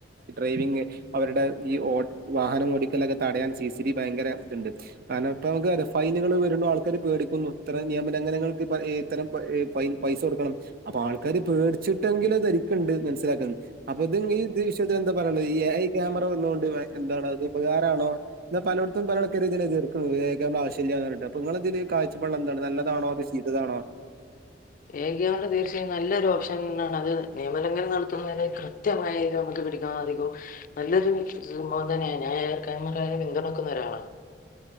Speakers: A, on the right; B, on the left.
A: ഡ്രൈവിങ് അവരുടെ ഈ ഓ വാഹനം ഓടിക്കലൊക്കെ തടയാൻ സി സി ഡി ഭയങ്കര ഇതുണ്ട് കാരണം അപ്പ നമുക്ക് ഫൈനുകൾ വരുബോ ആൾക്ക ക്കർ പേടിക്കുന്നു ഇത്തം നിയമന ലംഘനങ്ങൾക്ക് ഇത്തരം ഹെ പയ് പൈസ കൊടുക്കണം അപ്പൊ ആൾക്കാര് പേടിച്ചിട്ടെങ്കിലും ധരിക്കുണ്ട് മനസ്സിലാക്കാൻ അപ്പൊ ഇത് ഇത് ഈ വിഷയത്തിന് എന്താ പറയാനുള്ളത് ഈ എ ഐ ക്യാമറ വന്നതൊണ്ട് എന്താണോ അത് ഉപകാരമാണോ ന്നാ പലെട്ത്തും പലൊഅൾക്കാർ ഇതിന് എതിർകുന്നു ഏഐ കെമാരന്റെ ആവശ്യില്ലന്ന്ഞ്ഞർന്നിട്ട് അപ്പ നിങ്ങള് അതില് കാഴ്ചപ്പള്ളം എന്താണ് നല്ലതാണോ അത് ശീതാതാണോ
B: ഏക തീർച്ചയായും നല്ലൊരു ഓപ്ഷൻാണ് അത് നിയമലംഘനം നടത്തുന്നതിനെ കൃത്യമായി നമുക്ക് പിടിക്കാൻ അധികം നല്ലൊരു <unintelligible> ഞാൻ പിന്തുണക്കുന്ന ഒരാളാണ്